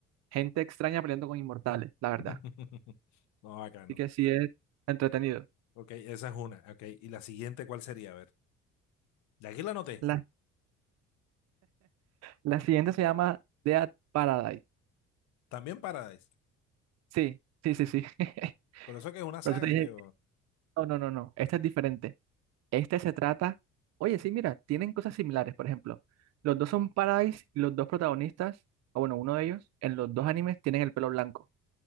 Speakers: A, on the right (about 60°); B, on the left (about 75°).
A: gente extraña peleando con inmortales, la verdad.
B: <laughs> No, acá
A: Así
B: no.
A: que sí es entretenido.
B: Ok, esa es una. Ok, y la siguiente, ¿cuál sería? A ver, de aquí la anoté.
A: La, la siguiente se llama Dead Paradise.
B: También Paradise.
A: Sí, sí, sí, sí. <laughs>
B: Pero eso que es una saga,
A: Por eso te dije,
B: que
A: no, no, no, no, esta es diferente. Este se trata, oye, sí, mira, tienen cosas similares, por ejemplo. Los dos son Paradise y los dos protagonistas, o bueno, uno de ellos, en los dos animes tienen el pelo blanco.